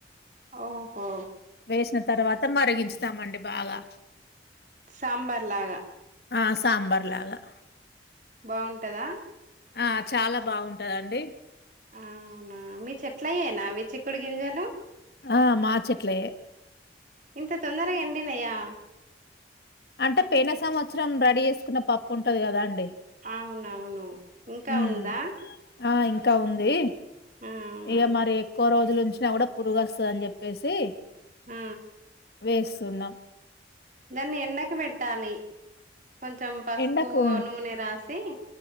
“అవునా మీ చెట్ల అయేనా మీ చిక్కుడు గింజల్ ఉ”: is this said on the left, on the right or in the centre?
Right